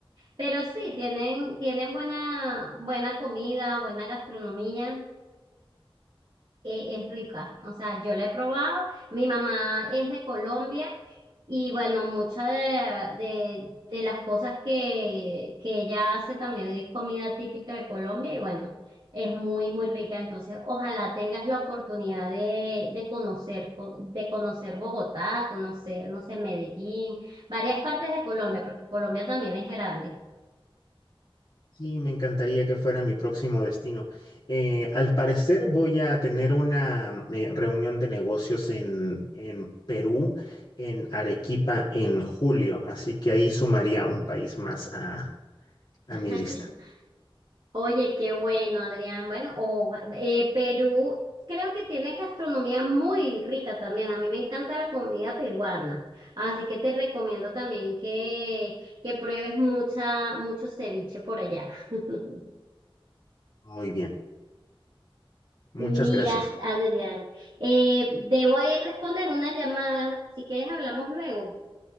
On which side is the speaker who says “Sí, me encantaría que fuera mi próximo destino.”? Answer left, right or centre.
Left